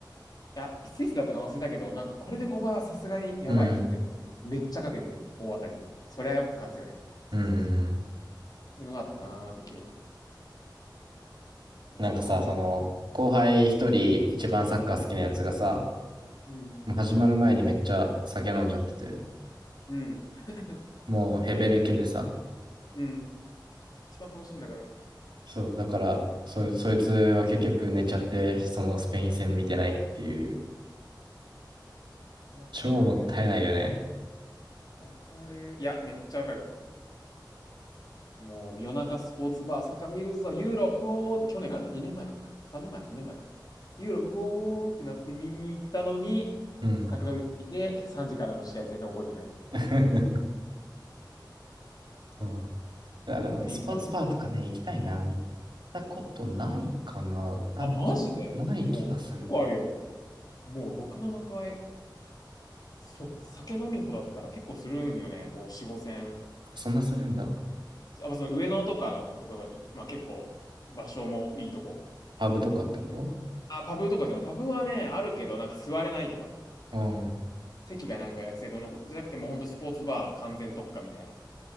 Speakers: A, on the left; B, on the right.
A: ちゃ、スイスだったかな忘れたけど、なんかこれで5倍はさすがにやばいって言って、
B: うんうん。
A: めっちゃかけて大当たりみたいな。そりゃやっぱ勝つよね。そうそうそう。
B: うんうんうん。
A: っていうのがあったなーって記憶。懐かしいな。
B: なんかさ、その、後輩一人一番サッカー好きなやつがさ、
A: うん。
B: もう始まる前にめっちゃ酒飲んじゃってて、
A: うん。<laughs>
B: もうヘベレケでさ、
A: うん。一番楽しいんだから。
B: そう、だから、そ、そいつは結局寝ちゃって、そのスペイン戦見てないっていう、
A: わかる。
B: 超もったいないよね。
A: わかる。いや、めっちゃわかる。もう夜中スポーツバー、サッカー見るぞ、ユーロ、うおー、去年、ん ?2 年前か。3年前、2年前か。ユーロ、うおーってなって見に行ったのに、
B: うん。
A: 酒飲みすぎて、3時からの試合全然覚えてない。
B: <laughs> そう。いや、でもね、
A: と、インカの。
B: スポーツバーとかね、行きたいな。行ったことないかな。多分、
A: あ、マジでもう、
B: ない気がする。
A: 結構あるよ。もう6、7回。そ、酒飲みほだったら結構するんよね。もう4、5戦。
B: そんなするんだ。
A: あ、まあその上野とかのとこが、いまあ結構、場所もいいとこ。
B: パブとかってこと
A: あ、パブとかじゃない。パブはね、あるけど、なんか座れないとか。
B: うん。うん
A: 席がなんか学生堂のことじゃなくてもう本当スポーツバー完全特化みたいな。